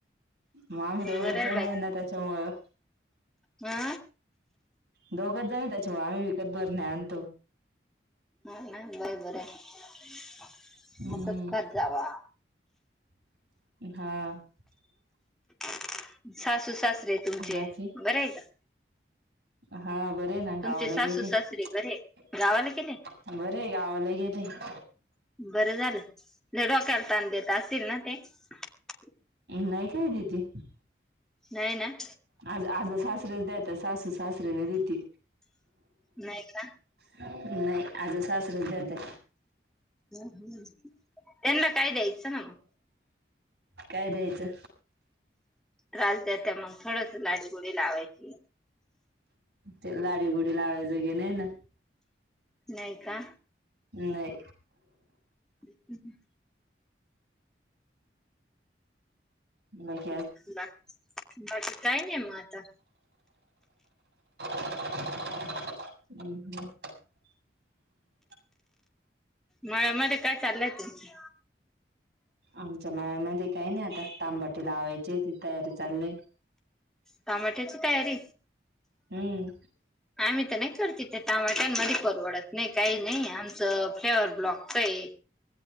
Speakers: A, on the right (about 65°); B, in the centre.
A: मग आम्ही दोघचं
B: बरं
A: जण
B: बाई
A: आहे ना, त्याच्यामुळं
B: हा
A: दोघच जणी त्याच्यामुळे आम्ही विकत बरण्या आणतो.
B: हा ना, बई बर हायं, <inaudible>
A: हम्म
B: असचं खात जावा.
A: हा. <inaudible>
B: <inaudible> सासू सासरे तुमचे,
A: बाकी
B: बरे हाय का?
A: हा बरे आहे ना,
B: तुमचे
A: गावाला
B: सासू
A: गेले,
B: सासरे बरे
A: <inaudible>
B: गावाला गेले
A: बरेयं गावाला गेले. <inaudible>
B: बरं झालं, लई डोक्याला ताण देत असतील ना ते? <inaudible>
A: नाही काय देती. <inaudible>
B: नाही ना?
A: आज -आज सासरेला देती, सासू सासरेला देती.
B: नाही का?
A: नाही, आज सासरच देत्या.
B: ह त्यांना काय द्यायचं ना मग?
A: काय द्याचं?
B: त्रास देत्या मग थोडसं लाडीगुडी लावायची.
A: ते लाडीगुडी लावायं जोगे नाई ना.
B: नाई का?
A: नाई.
B: हु हु
A: ब
B: बाकी काय नाही म आता
A: हम् ह
B: मळ्या मध्ये काय चाललंय तुमचं
A: आमच्या माळमध्ये काही नाही आता तांबाटी लावायचे ती तयारी चालली
B: टमाट्याची तयारी
A: हम्म
B: आ नाही करत ते टमाट्यांमध्ये परवडत नाही काही नाही आम फ्लेवर ब्लॉकच आहे